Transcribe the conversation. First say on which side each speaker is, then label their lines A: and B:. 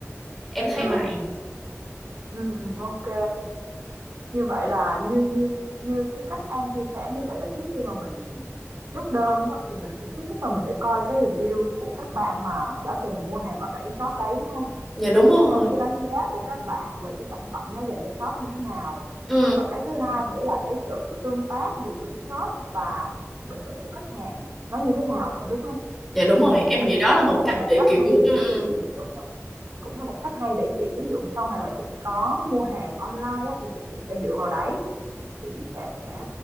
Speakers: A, in the centre; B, on the right.
A: em thấy
B: ừ
A: vậy
B: ừ, ok Như vậy là như như như cái cách An chia sẻ như vậy là trước khi mà mình chốt đơn á, thì mình cũng thứ nhất là mình phải coi cái review của các bạn mà đã từng mua hàng ở tại cái shop đấy đúng không?
A: dạ đúng
B: Để
A: rồi
B: xem cái đánh giá của các bạn về cái sản phẩm nó dành cho shop như thế nào.
A: ừ
B: Và cái thứ hai nữa là cái sự tương tác giữa chủ shop và bình luận của khách hàng nó như thế nào nữa đúng không?
A: dạ đúng
B: Ừ,
A: rồi em
B: ok,
A: nghĩ đó là một
B: cũng
A: cách
B: là một
A: để
B: cách
A: kiểu
B: hay để
A: ừ
B: chị
A: ừ.
B: đúng rồi. Cũng là một cách hay để chị ví dụ sau này mà chị có mua hàng online á, thì chị cũng sẽ dựa vào đấy, chị sẽ